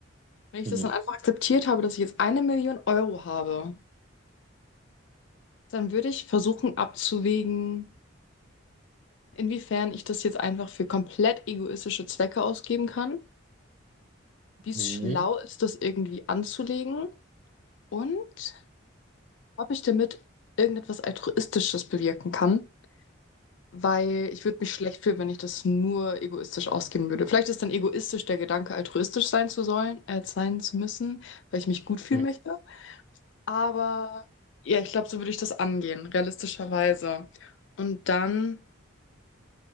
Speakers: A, on the left; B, on the right.
A: wenn ich
B: Mhm.
A: das dann einfach akzeptiert habe, dass ich jetzt eine Million Euro habe, dann würde ich versuchen abzuwägen, inwiefern ich das jetzt einfach für komplett egoistische Zwecke ausgeben kann, wie es
B: Mhm.
A: schlau ist, das irgendwie anzulegen und ob ich damit irgendetwas Altruistisches bewirken kann. Weil ich würde mich schlecht fühlen, wenn ich das nur egoistisch ausgeben würde. Vielleicht ist dann egoistisch der Gedanke, altruistisch sein zu sollen, äh, sein zu müssen, weil ich mich gut fühlen
B: <laughs>
A: möchte. Aber ja, ich glaube, so würde ich das angehen, realistischerweise. Und dann